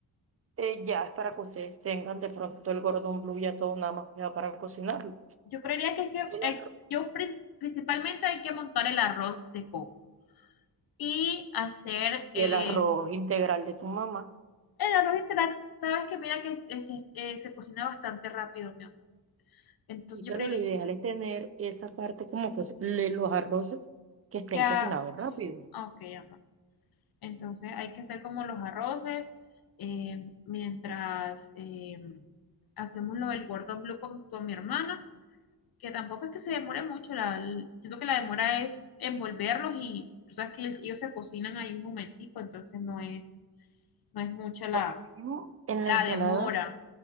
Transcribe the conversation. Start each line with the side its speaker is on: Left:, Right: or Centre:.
Right: Eh, ya es para que ustedes tengan de pronto el gordon blue ya todo nada más ya para cocinarlo.
Left: Yo creería que es que
Right: El
Left: eh,
Right: arroz-
Left: yo pri- principalmente hay que montar el arroz de coco. y hacer
Right: y
Left: eh,
Right: el arroz integral de tu mamá.
Left: el arroz integral. Sabes que mira que se se eh, se cocina bastante rápido, mi amor. Entonces
Right: Y pero
Left: yo creo
Right: lo
Left: que
Right: ideal es tener esa parte como que le- los arroces que estén
Left: ya,
Right: cocinados rápido.
Left: ah, ok, amor. Entonces hay que hacer como los arroces eh, mientras eh, hacemos lo del gordón blue con, con mi hermana, que tampoco es que se demore mucho. La, el- siento que la demora es envolverlos y tú sabes que ellos se cocinan ahí un momentico, entonces no es, no es mucha la,
Right: Por lo mismo, en
Left: la
Right: la ensalada,
Left: demora.